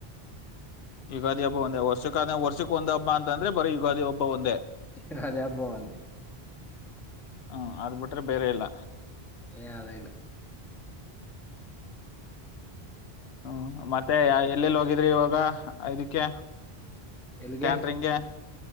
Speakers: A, on the left; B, in the centre.
A: ಯುಗಾದಿ ಹಬ್ಬ ಒಂದೇ ವರ್ಷಕ್ಕ ವರ್ಷಕ್ ಒಂದ್ ಹಬ್ಬ ಅಂತಂದ್ರೆ ಬರೀ ಯುಗಾದಿ ಹಬ್ಬ ಒಂದೇ
B: ಯುಗಾದಿ ಹಬ್ಬ ಒಂದೇ
A: ಹ ಅದು ಬಿಟ್ರೆ ಬೇರೆ ಇಲ್ಲ
B: ಹೆ ಅದೇಲ್ಲ
A: ಹ್ಮ ಮತ್ತೆ ಯಾ ಎಲ್ಲೆಲ್ಲಿ ಹೋಗಿದ್ರಿ ಇವಾಗ ಐದಕ್ಕೆ
B: ಎಲ್ಲಿಗೆ
A: ಕ್ಯಾಂಟ್ರಿಂಗ್